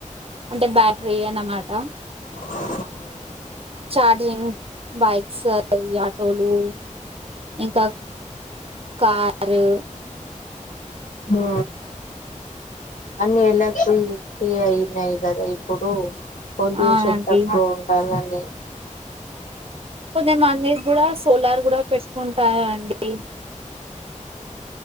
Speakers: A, on the right; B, on the left.
A: అంటే బ్యాటరీ అనమాట
B: కదా
A: చార్జింగ్ బైక్స్ ఆటోలు ఇంకా కారు
B: ఆ అన్ని ఎలా అయినాయి కదా ఇప్పుడు పొల్యూషన్
A: అవునండి.
B: తక్కువ ఉండాలని
A: కుదే మన్నే కూడా సోలార్ కూడా పెట్టుకుంటారుండి